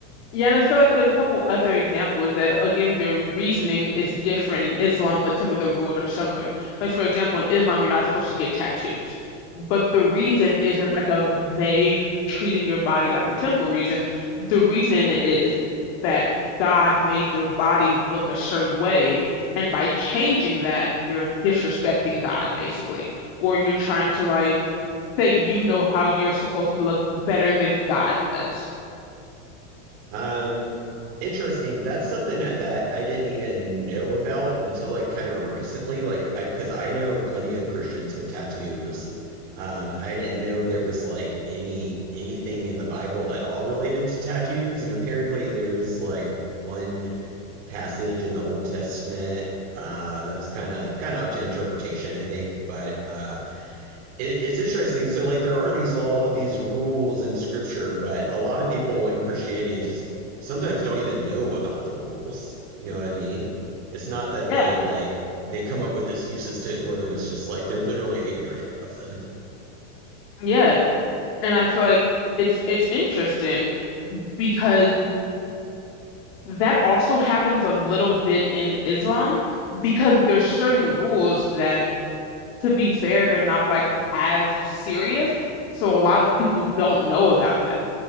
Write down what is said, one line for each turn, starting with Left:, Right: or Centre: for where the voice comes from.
Left: Yeah, and I feel like there's a couple other examples that, again, their reasoning is different in Islam, but some of the rules are similar. Like, for example, in Islam, you're not supposed to get tattoos, but the reason isn't like a vague treating your body like a temple reason. The reason is that God made your body look a certain way, and by changing that, you're disrespecting God, basically, or you're trying to like say you know how you're supposed to look better than God does.
Right: Um, interesting. That's something that I didn't even know about until like kind of recently. Like, I, because I know plenty of Christians with tattoos. Um, I didn't know there was like any anything in the Bible at all related to tattoos, and apparently there is like one passage in the Old Testament uh, that's kind of kind of up to interpretation, I think. But uh, it, it's interesting. So, like, there are these law, these rules in scripture, but a lot of people in Christianity just sometimes don't even know about the rules. You know what I mean? It's not that
Left: Yeah,
Right: they like they come up with excuses to ignore them. It's just like they're literally ignorant of them.
Left: yeah. And I feel like it's it's interesting because that also happens a little bit in Islam because there's certain rules that, to be fair, they're not like as serious. So a lot of people don't know about them.